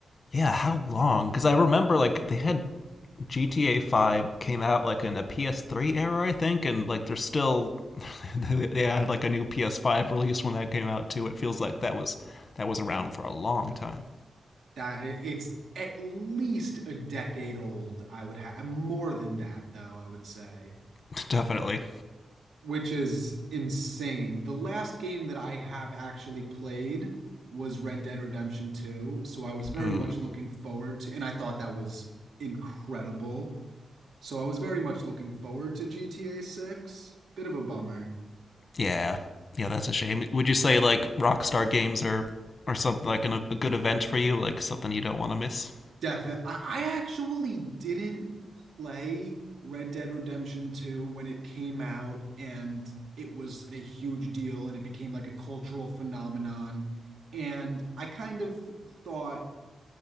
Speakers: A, on the left; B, on the right.
A: Yeah, how long? Because I remember like they had GTA 5 came out like in a PS3 era, I think, and like they're still <laughs> they had like a new PS5 release when that came out too. It feels like that was that was around for a long time.
B: That it's at least a decade old, I would have more than that though, I would say.
A: <laughs> Definitely.
B: which is insane. The last game that I have actually played was Red Dead Redemption 2, so I was very
A: Ooh,
B: much looking forward to, and I thought that was incredible. So I was very much looking forward to GTA 6. Bit of a bummer.
A: yeah, yeah, that's a shame. Would you say like Rockstar games are or something like an, a good event for you, like something you don't want to miss?
B: Definitely. I, I actually didn't play Red Dead Redemption 2 when it came out, and it was a huge deal, and it became like a cultural phenomenon. And I kind of thought